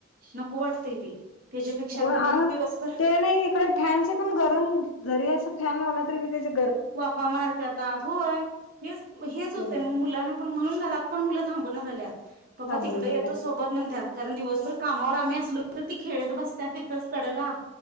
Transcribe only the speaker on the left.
हो
ते नाही इकडे फॅन पण गरम जरी अस फॅन लावला तरी बी त्याची
ते
थांबून
झाल्यात.